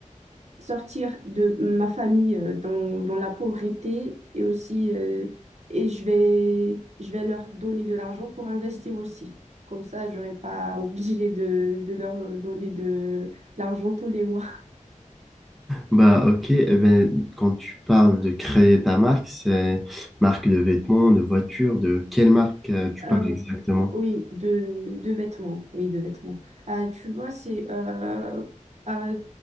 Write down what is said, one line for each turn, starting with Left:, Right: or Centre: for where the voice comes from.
Right: sortir de ma famille euh, dans, dans la pauvreté et aussi euh, et je vais je vais leur donner de l'argent pour investir aussi. Comme ça, je n'aurai pas obligé de, de leur donner de l'argent tous les mois.
Centre: Bah ok, eh ben, quand tu parles de créer ta marque, c'est marque de vêtements, de voitures, de quelle marque euh, tu
Right: Euh,
Centre: parles exactement?
Right: oui, de, de vêtements. Oui, de vêtements. Euh, tu vois, c'est euh, euh,